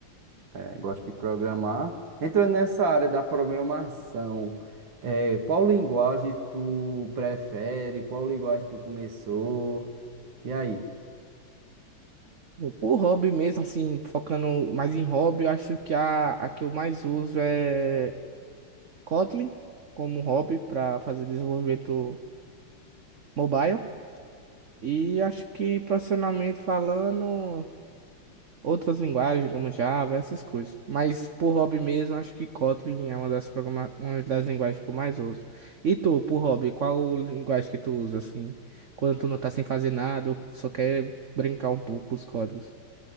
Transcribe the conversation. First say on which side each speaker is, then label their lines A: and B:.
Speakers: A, on the right; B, on the right.
A: é, gosto de programar. Entrando nessa área da programação, é, qual linguagem tu prefere? Qual linguagem tu começou? E aí?
B: Por hobby mesmo, assim, focando mais em hobby, eu acho que a, a que eu mais uso é Kotlin como hobby para fazer desenvolvimento mobile. E acho que profissionalmente falando, outras linguagens como Java, essas coisas. Mas por hobby mesmo, acho que Kotlin é uma das, programa... uma das linguagens que eu mais uso. E tu, por hobby, qual linguagem que tu usa, assim, quando tu não tá sem fazer nada, ou só quer brincar um pouco com os códigos?